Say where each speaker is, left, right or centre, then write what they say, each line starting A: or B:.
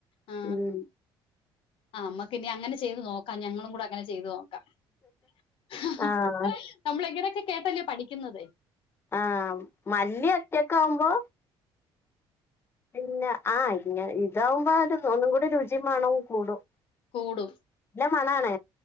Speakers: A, on the left; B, on the left.
A: ആ
B: ഉം
A: ആ ഞമ്മക്ക് ഇനി അങ്ങനെ ചെയ്ത് നോക്ക ആ ഞങ്ങളും കൂടെ അങ്ങനെ ചെയ്ത് നോ ഹ് ഹ് ഹ്
B: ആഹ്
A: നമ്മള് എങ്ങനെയൊക്കെ കേട്ട് പഠി ഇന്നതെ
B: ആഹ് മല്ലി ഒറ്റയ്ക്കാമ്പോ? പിന്നെ ആ ഇങ്ങ ഇതാവുമ്പോ ത് ഒന്നും കൂടി രുചിമണോം കൂടും.
A: കൂടും
B: നല്ല മണാണ്